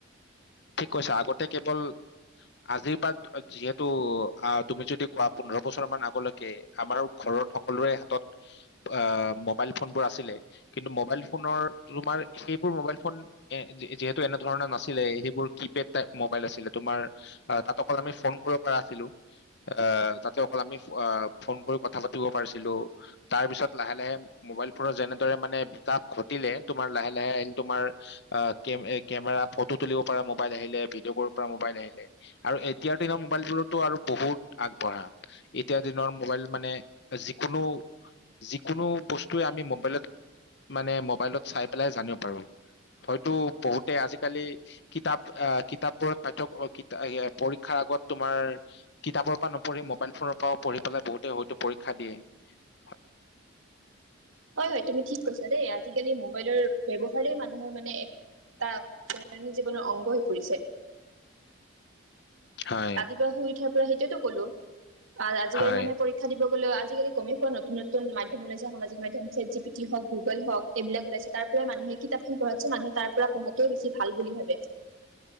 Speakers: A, on the left; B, on the right.
A: ঠিক কৈছা আগতে কেৱল আজিৰ পৰা যিহেতু তুমি যদি কোৱা পোন্ধৰ বছৰ মান আগলৈকে আমাৰ ঘৰৰ সকলোৰে হাতত অহ মোবাইল ফোনবোৰ আছিলে কিন্তু মোবাইল ফোনৰ তোমাৰ সেইবোৰ মোবাইল ফোন এ যিহেতু এনেধৰণৰ নাছিলে এ বোৰ কিপেড টাইপ মোবাইল আছিল তোমাৰ অ তাত অকল আমি ফোন কৰিব পৰা আছিলো এ তাতে অকল আমি অ ফোন কৰি কথা পাতিব পাৰিছিলো তাৰ পিছত লাহে লাহে মোবাইলবোৰ যেনেদৰে মানে বিকাশ ঘটিলে তোমাৰ লাহে লাহে তোমাৰ অ কেমেৰ কেমেৰা ফটো তুলিব পৰা মোবাইল আহিলে ভিডিঅ' কৰিব পৰা মোবাইল আহিলে আৰু এতিয়াৰ দিনৰ মোবাইলবোৰতো আৰু বহুত আগবঢ়া এতিয়াৰ দিনৰ মোবাইল মানে যিকোনো যিকোনো বস্তুৱে আমি মোবাইলত মানে মোবাইলত চাই পেলাই জানিব পাৰো হয়তো বহুতে আজিকালি কিতাপ আহ কিতাপবোৰত পাঠক পৰীক্ষাৰ আগত তোমাৰ কিতাপৰ পৰা নপঢ়ি মোবাইল ফোনৰ পৰাও পঢ়ি পেলাই বহুতে হয়তো পৰীক্ষা দিয়ে <inaudible>
B: হয় হয় তুমি ঠিক কৈছা দেই আজিকালি মোবাইলৰ ব্যৱহাৰেই মানুহৰ মানে এটা দৈনন্দিন জীৱনৰ অংগ হৈ পৰিছে
A: হয়
B: ৰাতিপুৱা শুই উঠি ঠি পৰা সেইটোৱেইটো কলো আআ আজিকালি
A: হয়
B: মানে পৰীক্ষা দিব বলৈ আজিকালি গমেই পোৱা নতুন নতুন মাধ্যম ওলাইছে সামাজিক মাধ্যম ছেট জি পিটি হওক গুগল হওক এইবিলাক ওলাইছে তাৰ পৰাই মানুহে কিতাপখন পঢ়াতকেচোন মানুহে তাৰ পৰা পঢ়াতোৱে বেছি ভাল বুলি ভাবে